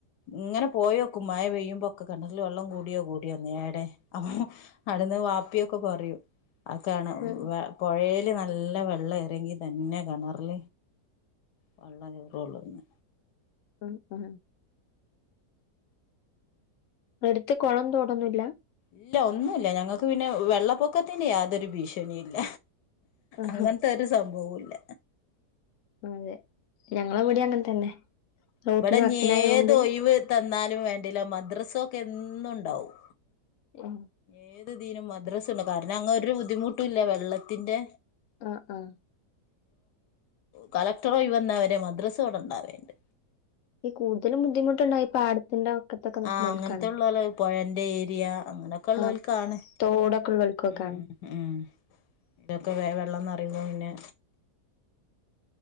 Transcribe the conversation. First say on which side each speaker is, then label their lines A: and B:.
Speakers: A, on the left; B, on the left.
A: ഇങ്ങനെ പോയോക്ക മഴ പെയ്യുമ്പോൊക്കെ കണ്ടൽ വെള്ളം കൂടിയോ കൂടിയോ ടെ അപ്പ അടുന്ന് വാപ്പിയൊക്കെ പറയും അക്കെയാണ്
B: ആഹ്
A: പുഴൽ നല്ല വെള്ളം ഇറങ്ങി തന്നെ കിണറൽ വള്ള ചൂറള്ളന്ന്
B: ഉം ഉ എടുത്ത് കുളം തോടന്നില്ല
A: ഇല്ല ഒന്നുമല്ല ഞങ്ങക്ക് പിന്നെ വെള്ളപ്പൊക്കത്തിന് യാതൊരു ഭീഷണി ഇല്ല
B: ആഹാ
A: അങ്ങനത്തെ ഒരു സംഭവ ഇല്ല
B: അതെ ഞങ്ങളെ വിടി അങ്ങനെ തന്നെ റോട്ടിന്
A: ഇവിടെ
B: വക്കിനായോണ്ട്
A: ഏത് ഒഴിവ് തന്നാലും വേണ്ടില്ല മദ്രസ ഇൊക്കെ എന്നുണ്ടാവും
B: ആഹ്
A: ഏത്തിനും മദ്രാസണ് കാരണം അങ്ങ ഒരു ബുദ്ധിമുട്ടുംല്ല വെള്ളത്തിന്റെ
B: ആഹ ആഹ
A: കളക്ടറോ വന്ന അവരെ മദ്രസോവിടെ ഇണ്ടാവേണ്ട്
B: ഈ കൂടുതലും ബുദ്ധിമുട്ടുണ്ടായി ഈ പാടത്തിന്റെ വക്കത്തൊക്കെ നിക്കണോൽക്കാണ്
A: ആഹ അങ്ങനത്തെ ഉള്ളല പുഴന്റെ ഏരിയ അങ്ങനെയൊക്കെ ഉള്ളവലക്കാണ്
B: ആഹ് തോടൊക്കെ ഉള്ളോൽക്കൊക്കാണ്
A: ഉം ഉം ഇതൊക്കെ വ വെള്ളംന്ന്റയുമ്പോ പിന്നെ